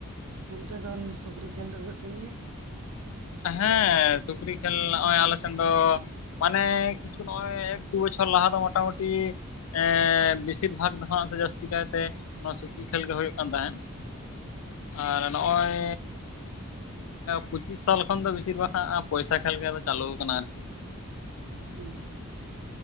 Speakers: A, on the right; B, on the left.
A: ᱚᱱᱛᱮ ᱫᱚᱱ ᱥᱩᱠᱨᱤ ᱠᱷᱮᱞ ᱫᱚ ᱦᱩᱭᱩᱜ ᱛᱟᱦᱮᱱ ᱜᱤᱭᱟ?
B: ᱦᱮᱸ ᱥᱩᱠᱨᱤ ᱠᱷᱮᱞ ᱱᱚᱜᱼᱚᱭ ᱟᱞᱮ ᱥᱮᱱ ᱫᱚᱼᱼ ᱢᱟᱱᱮ ᱠᱤᱪᱷᱩ ᱱᱚᱜᱼᱚᱭ ᱮᱠ ᱫᱩ ᱵᱚᱪᱷᱚᱨ ᱞᱟᱦᱟ ᱫᱚ ᱢᱚᱴᱟᱢᱩᱴᱤᱼᱼ ᱮᱸᱻ ᱵᱮᱥᱤᱨ ᱵᱷᱟᱜᱽ ᱫᱚ ᱦᱟᱜ ᱡᱟᱹᱥᱛᱤ ᱠᱟᱭᱛᱮᱼᱼ ᱱᱚᱣᱟ ᱥᱩᱠᱨᱤ ᱠᱷᱮᱞ ᱜᱮ ᱦᱩᱭᱩᱜ ᱠᱟᱱ ᱛᱟᱦᱮᱸᱫ᱾ ᱟᱨ ᱱᱚᱜᱼᱚᱭ ᱯᱚᱸᱪᱤᱥ ᱥᱟᱞᱼᱼ ᱠᱷᱚᱱ ᱫᱚ ᱵᱤᱥᱤᱨ ᱵᱷᱟᱜ ᱦᱟᱜ ᱯᱚᱭᱥᱟ ᱠᱷᱮᱞ ᱜᱮ ᱫᱚ ᱪᱟᱹᱞᱩ ᱠᱟᱱᱟ ᱟᱨᱠᱤ᱾
A: ᱦᱩᱸ᱾